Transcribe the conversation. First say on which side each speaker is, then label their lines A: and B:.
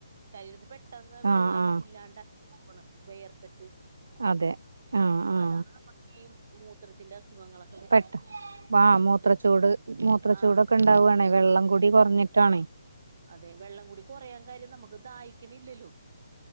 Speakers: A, on the right (about 50°); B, on the right (about 75°).
A: ശരീരത്തി പെട്ടെന്ന് വെള്ളം
B: ആഹ് ആഹ്
A: ഇല്ലാണ്ടാവാണ് വെയർത്തിട്ട്.
B: അതെ ആഹ്, ആഹ്.
A: അതാണ് നമുക്കീ മൂത്രത്തിന്റെ അസുഖങ്ങളൊ
B: പെട്ടാ ആഹ് മൂത്രച്ചൂട് മൂത്രച്ചൂടൊക്കെ
A: ആ
B: ഉണ്ടാവാണെ വെള്ളകൂടി കൊറഞ്ഞിട്ടാണെ.
A: അതെ വെള്ളം കൂടി കൊറയാ കാര്യം നമുക്ക് ദാഹിക്ക്ണില്ലല്ലോ.